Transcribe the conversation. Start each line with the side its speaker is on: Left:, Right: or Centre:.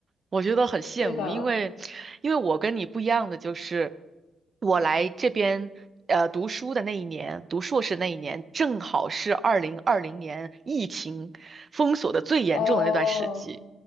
Right: 我觉得很羡慕，
Left: 对的，
Right: 因为因为我跟你不一样的就是，我来这边呃读书的那一年，读硕士那一年，正好是二零二零年疫情封锁的最严重的那段时期。
Left: 哦。